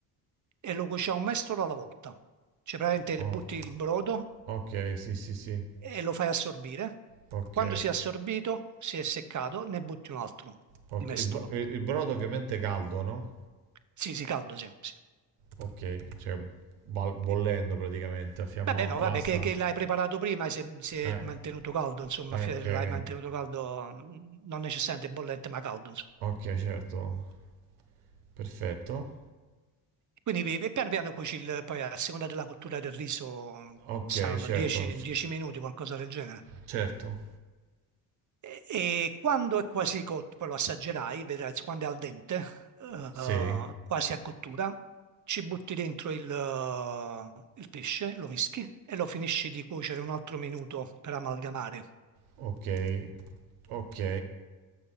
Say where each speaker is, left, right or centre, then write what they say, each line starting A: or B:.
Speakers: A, on the right (about 35°); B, on the right (about 75°).
A: E lo cuoce un mestolo alla volta. Cioè praticamente le
B: oh,
A: butti il brodo
B: ok, sì, sì, sì.
A: e lo fai assorbire.
B: Ok,
A: Quando si è assorbito, si è seccato, ne butti un altro
B: ok.
A: di mestolo.
B: Il, bo- il- il brodo ovviamente è caldo, no?
A: Sì, sì, caldo, sì. sì.
B: Ok, cioè bal- bollendo
A: Eh,
B: praticamente, a fiamma
A: Vabbè,
B: bassa.
A: no, vabbè, che, che l'hai preparato prima e si è, si è
B: Eh,
A: mantenuto caldo, insomma,
B: eh,
A: fi-
B: ok,
A: l'hai mantenuto caldo, mh, non necessariamente bollente, ma caldo, insomma.
B: ok, certo. Perfetto.
A: Quindi pi- piano piano cuoci il- poi a seconda della cottura del riso, mh,
B: Ok,
A: saranno
B: certo,
A: 10
B: c-
A: 10 minuti, qualcosa del genere.
B: certo.
A: E, e quando è quasi cotto, poi lo assaggerai, vedrai quando è al dente, eh,
B: Sì,
A: quasi a cottura, ci butti dentro il, eh, il pesce, lo mischi e lo finisci di cuocere un altro minuto per amalgamare.
B: ok, ok,